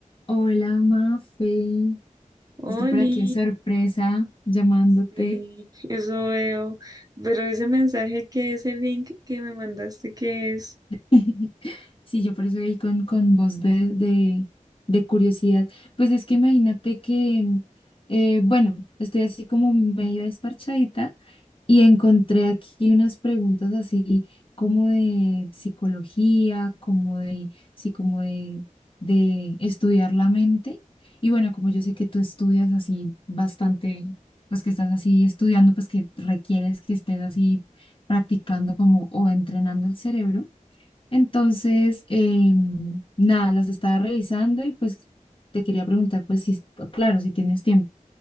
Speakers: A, on the left; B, on the right.
A: Hola, Mafe. Estoy
B: Oli,
A: por aquí de sorpresa llamándote.
B: sí, eso veo. Pero ese mensaje que ese link que me mandaste, ¿qué es?
A: <laughs> Sí, yo por eso ahí con, con voz de, de, de curiosidad. Pues es que imagínate que, mm, eh, bueno, estoy así como medio desparchadita y encontré aquí unas preguntas así como de psicología, como de, sí, como de, de estudiar la mente. Y bueno, como yo sé que tú estudias así bastante, pues que estás así estudiando, pues que requieres que estés así practicando como o entrenando el cerebro. Entonces, em, nada, los estaba revisando y pues te quería preguntar, pues si, claro, si tienes tiempo